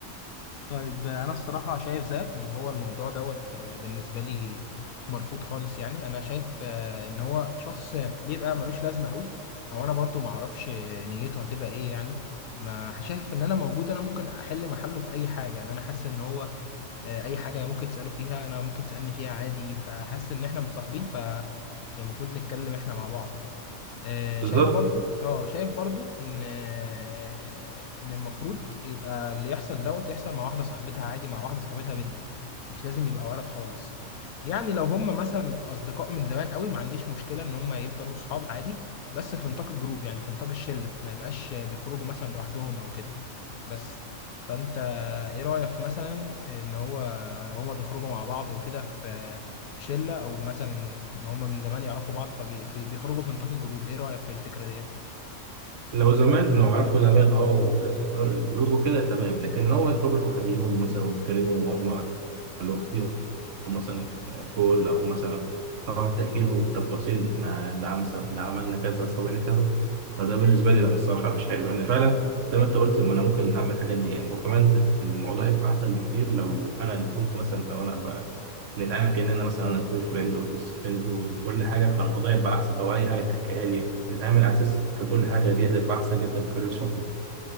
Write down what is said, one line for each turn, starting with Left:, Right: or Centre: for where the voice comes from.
Left: طيب انا الصراحه شايف زيك ان هو الموضوع دوت آه، بالنسبه لي مرفوض خالص يعني انا شايف آه، ان هو شخص بيبقى ملوش لازمه قوي او انا برضو ما اعرفش آه، نيته هتبقى ايه يعني ما شايف ان انا موجود انا ممكن احل محله في اي حاجه يعني انا حاسس ان هو آه، اي حاجه ممكن تساله فيها انا ممكن تسالني فيها عادي فحاسس ان احنا متصاحبين يعني المفروض نتكلم احنا مع بعض يعني آه،
Right: بالظبط
Left: شايف بالظبط. برضو اه شايف برضو ان آه، ان المفروض يبقى اللي يحصل دوت يحصل مع واحده صاحبتها عادي مع واحده صاحبتها بنت مش لازم يبقى ولد خالص يعني لو هم مثلا اصدقاء من زمان قوي ما عنديش مشكله ان هم يفضلوا صحاب عادي بس في نطاق الجروب يعني في نطاق الشله ما يبقاش بيخرجوا مثلا لوحدهم او كده بس فانت ايه رأيك مثلا ان هو لو هما بيخرجوا مع بعض وكده في في شلة او مثلا ان هما من زمان يعرفوا بعض فبيخرجوا في نطاق الجروب ايه رأيك في الفكرة ديت
Right: لو زمان لو عارفوا زمان اه في اطار الجروب وكده تمام لكن لو هما يخرجوا لوحديهم مثلا ويتكلموا وهم لوحديهم مثلا جول او مثلا طبعا التأكيد والتفاصيل اللي احنا اللي عم- اللي عملنا كذا سوينا كذا فده بالنسبه لي لا الصراحه مش حلو لان فعلا زي ما انت قلت ما انا ممكن اعمل الحاجات دي يعني وكمان الموضوع يبقى احسن بكتير لو انا اللي قمت مثلا لو انا بقى بنتعامل كاننا مثلا انا كوي فريند وبيست فريند وكل حاجه فالوضع يبقى احسن لو اي حاجه تحكيها لي نتعامل على اساس كل حاجه دي هتبقى احسن جدا في الريليشن